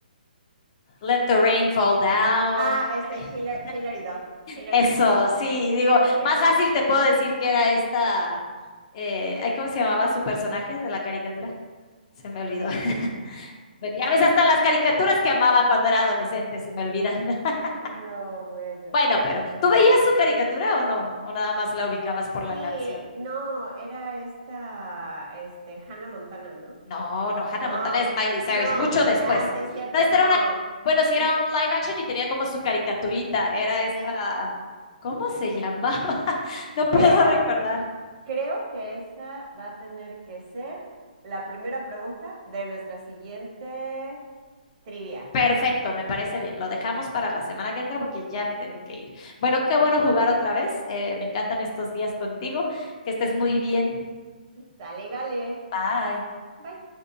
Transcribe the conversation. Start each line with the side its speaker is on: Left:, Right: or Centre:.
Left: Let the Rain Fall Down.
Right: Ah, este,
Left: <laughs>
Right: Hillary, Hillary Duff. Hillary
Left: Eso,
Right: Duff.
Left: sí, digo,
Right: Sí,
Left: más
Right: sí,
Left: fácil
Right: sí.
Left: te puedo decir que era esta, eh, ay, ¿cómo se llamaba su personaje de la caricatura? Se me olvidó. <laughs> Bueno, ya ves, hasta las caricaturas que amaba cuando era adolescente se me olvidan. <laughs>
Right: No, bueno.
Left: Bueno, pero ¿tú veías su caricatura o no? ¿O nada más la ubicabas
Right: Sí,
Left: por la canción?
Right: no, era esta, este, Hannah Montana, ¿no?
Left: No, no, Hannah
Right: No,
Left: Montana es Miley Cyrus,
Right: no.
Left: mucho después.
Right: Ah, sí es cierto.
Left: No, esta
Right: No.
Left: era una, bueno, sí
Right: Es,
Left: era un live action y tenía como su caricaturita, era esta,
Right: sí.
Left: ¿cómo se llamaba? <laughs> No puedo
Right: Creo,
Left: recordar.
Right: creo que esa va a tener que ser la primera pregunta de nuestra siguiente trivia.
Left: Perfecto, me parece bien. Lo dejamos para la semana que entra porque ya me tengo que ir. Bueno, qué bueno jugar otra vez. eh, me encantan estos días contigo. Que estés muy bien.
Right: Sale y vale.
Left: Bye.
Right: Bye.